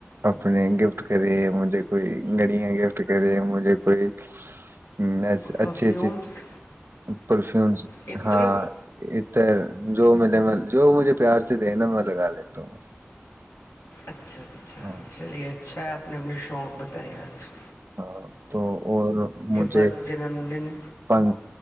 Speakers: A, on the right; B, on the left.
A: اپنے گفٹ کرے مجھے کوئی گڑیاں گفٹ کرے مجھے کوئی ہ ایسے
B: پرفیومس
A: اچھی اچھی پر
B: عطر
A: ہاں اتر جو ملے مل جو مجھے پیار سے دے نا میں لگا لیتا ہوں بس
B: اچھا اچھا
A: ہاں
B: چلیے اچھا آپ ہم نے شوق بتائیں آ پ
A: ہاں تو اور مجھےن
B: برتھ جنم دن